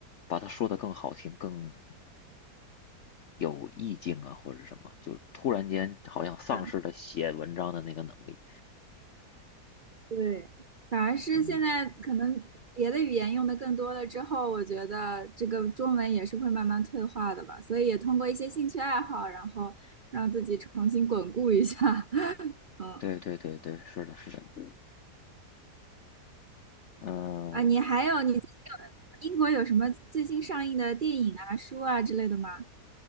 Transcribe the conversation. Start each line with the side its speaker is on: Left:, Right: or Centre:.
Left: 把它说得更好听、更有意境啊，或者什么，就突然间好像丧失了写文章的那个能力。
Right: 的。对，反而是现在可能别的语言用的更多了之后，
Left: 嗯，
Right: 我觉得这个中文也是会慢慢退化的吧，所以也通过一些兴趣爱好，然后让自己重新巩固一下。<laughs> 嗯
Left: 对对对对，是的，是的。嗯
Right: 啊，你还有你最近有英国有什么最新上映的电影啊、书啊之类的吗？